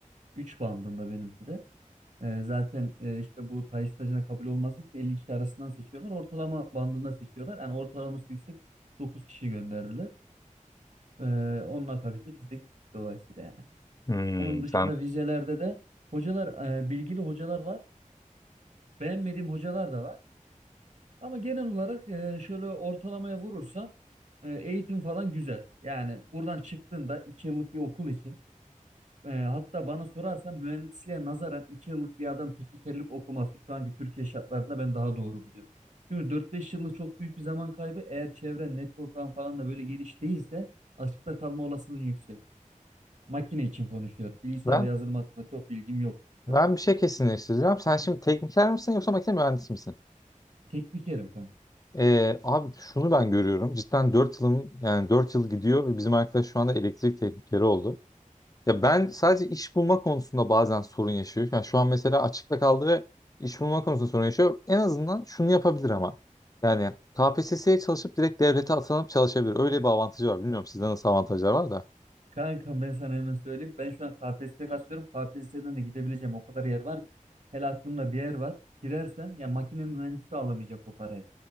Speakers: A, on the right; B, on the left.
A: üç bandında benimki de. Ee, zaten e, işte bu tay stajına kabul olması için 50 kişi arasından seçiyorlar. Ortalama bandında seçiyorlar. Yani ortalaması yüksek 9 kişi gönderdiler. Ee, onun akabinde biz de gittik dolayısıyla yani.
B: Hmm,
A: Onun dışında
B: sen
A: vizelerde de hocalar, e, bilgili hocalar var. Beğenmediğim hocalar da var. Ama genel olarak e, şöyle ortalamaya vurursan e, eğitim falan güzel. Yani buradan çıktığında 2 yıllık bir okul için e, hatta bana sorarsan mühendisliğe nazaran 2 yıllık bir adam teknikerlik okuması şu anki Türkiye şartlarında ben daha doğru buluyorum. Çünkü dört beş yıllık çok büyük bir zaman kaybı. Eğer çevren, network'ın falan da böyle geniş değilse açıkta kalma olasılığın yüksek. Makine için konuşuyorum. Bilgisayar
B: Ben
A: ve yazılım hakkında çok bilgim yok kanka.
B: ben bir şey kesinleştireceğim. Sen şimdi tekniker misin yoksa makine mühendisi misin?
A: Teknikerim kanka.
B: Ee, abi şunu ben görüyorum. Cidden 4 yılım yani 4 yıl gidiyor ve bizim arkadaş şu anda elektrik teknikeri oldu. Ya ben sadece iş bulma konusunda bazen sorun yaşıyorum. Yani şu an mesela açıkta kaldı ve iş bulma konusunda sorun yaşıyor. En azından şunu yapabilir ama. Yani KPSS'ye çalışıp direkt devlete atanıp çalışabilir. Öyle bir avantajı var. Bilmiyorum sizde nasıl avantajlar var da.
A: Kankam ben sana hemen söyleyeyim. Ben şu an KPSS'ye kasıyorum. KPSS'den de gidebileceğim o kadar yer var ki. Hele aklımda bir yer var. Girersem ya makine mühendisi alamayacak o parayı.